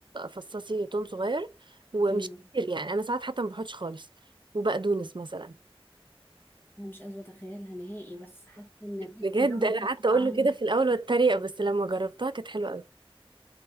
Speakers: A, on the right; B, on the left.
A: فصصي توم صغير ومش
B: ايوه
A: كتير يعني أنا ساعات حتى ما بحطش خالص وبقدونس مثلا
B: انا مش قادره اتخيلها نهائي بس حاسه ان النكت
A: بجد
B: ده ممكن
A: أنا
B: اطلع
A: قعدت أقول
B: منه
A: له كده في الأول واتريق بس لما جربتها كانت حلوة أوي